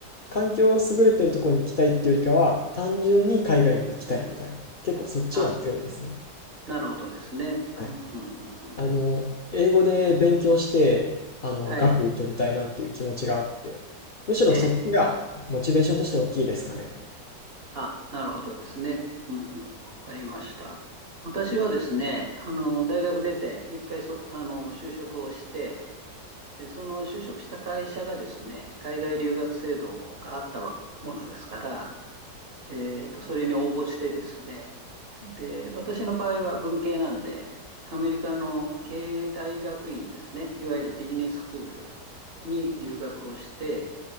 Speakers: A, on the left (about 75°); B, on the right (about 40°).
A: 環境を優れてるところに行きたいっていうよりかは、単純に海外に行きたいみたいな。結構そっちが強いですね。
B: あ、なるほどですね。
A: はい。
B: うん、うん、うん、うん。
A: あの、英語で勉強して、あの、
B: はい。
A: 学位取りたいなっていう気持ちがあって、むしろそっちがモチベーションとして大きいですかね。
B: ええ。あ、なるほどですね。うん、うん。わかりました。私はですね、あの、大学出て、一回そ、あの、就職をして、で、その就職した会社がですね、海外留学制度があったわものですから、えーと、それに応募してですね、で、私の場合は文系なんで、アメリカの経営大学院ですね、いわゆるビジネススクールに留学をして、